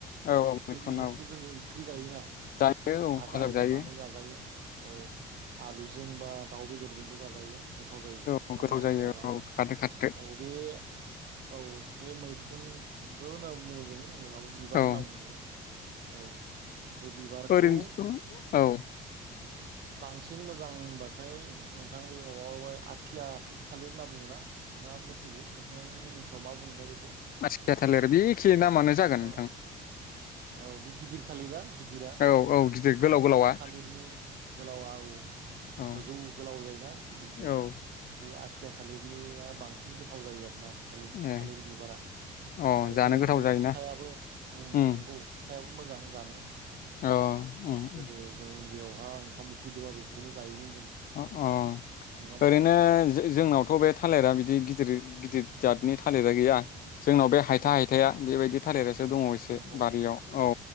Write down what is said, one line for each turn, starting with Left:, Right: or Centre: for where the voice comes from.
Left: औ औ
Right: थालिर
Left: मैखुन
Right: बिबारखौथ'
Left: औ
Right: जोङो ओंख्रि जायोना
Left: जायो औ
Right: भाजा
Left: फाजा जायो
Right: एवनानै जाजायो औ आलु जों बा दाउ बेदर जों बो जाजायो जायो गोथाव जायो। नङा
Left: औ
Right: होमबा
Left: गोथाव जायो
Right: एवनानै
Left: औ खाथो खाथो
Right: औ बे औ बे मैखुनबो होनना बुङो जों नङाबा बिबार
Left: औ
Right: होनना बुङो औ बे बिबारखौ
Left: ओरैनोथ' औ
Right: बांसिन मोजां होनबाथाय नोंथां बे माबा आथिया थालिर होनना बुङो ना नोंथाङा मिथिगौ नोंसांनि मोनोसाव मा बुंङोथाय बेखौ
Left: आथिया थालिर बेखे नामानो जागोन नोंथां
Right: औ औ बे गिदिर थालिरा गिद गिदिरा
Left: औ
Right: जों
Left: औ गिदिर गोलाव गोलावा
Right: बे थालिरनि गोलाव औ
Left: औ
Right: गोजौ गोलाव जायोना गिदिर जायो।
Left: औ
Right: आथिया थालिर बिनिया बांसिन गोथाव जायो आरो ना थालिर
Left: ए
Right: थालिर बिबारा
Left: अ
Right: आरो
Left: जानो
Right: बेबायदिनो
Left: गोथाव जायोना
Right: फिथायाबो
Left: उम
Right: नंगौ फिथाइ फिसायाबो मोजां जानो
Left: अ उम
Right: गोदो जों उन्दैयावहा फैदबा बेखौनो जायोमोन जों
Left: अ अ
Right: नङा होमबा
Left: ओरैनो जोंनावथ' बे थालिरा बिदि गिद दिर गिदिर जादनि थालिरा गैया जोंनाव बे हायथा हायथाया बेबायदि थालिरा सो दङ एसे
Right: नंगौ
Left: बारियाव औ